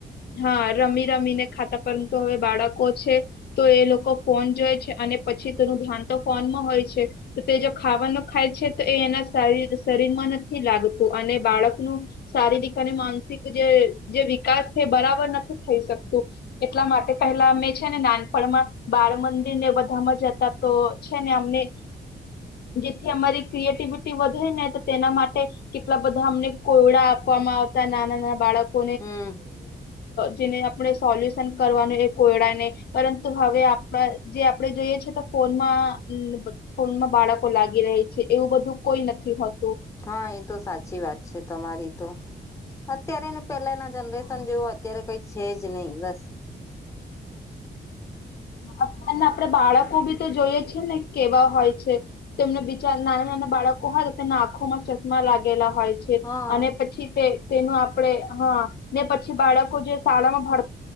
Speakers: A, on the left; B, on the left.
A: હા, રમી-રમીને ખાતા, પરંતુ હવે બાળકો છે તો એ લોકો ફોન જોવે છે, અને પછી તેનું ધ્યાન તો ફોનમાં હોય છે. તો તે જો ખાવાનું ખાય છે તો એ એના શરીર શરીરમાં નથી લાગતું અને બાળકનું શારીરિક અને માનસિક જે જે વિકાસ છે, બરાબર નથી થઈ શકતું. એટલા માટે પેલા અમે છે ને નાન. બાળ મંદિર ને બધામાં જતા તો છે ને અમને. થી અમારી ક્રિએટિવિટી વધે ને તો તેના માટે. કેટલા બધા અમને કોયડા આપવામાં આવતા નાના નાના બાળક.
B: હમ
A: જેને આપણે સોલ્યુશન કરવાનું એ કોયડા ને. પરંતુ હવે આપણા જે આપણે જોઈએ છે તો ફોનમાં. સ્કૂલમાં બાળકો લાગી રહી છે એવું બધું કોઈ નથી હોતું.
B: હા એ તો સાચી વાત છે તમારી તો. અત્યારેનું પેલાના
A: હા
B: જનરેશન જેવું અત્યારે કઈ છે જ નહી બસ.
A: અત્યારના આપડે બાળકો બી તો જોઈએ છેી ને કેવા હોય છે. તેમને બિચાર નાના નાના બાળકો હોય તેમના આંખોમાં ચશ્મા લાગેલા હોય છે.
B: હા
A: અને પછી તે. તેનું આપડે હા ને પછી બાળકો જે શાળામાં ભર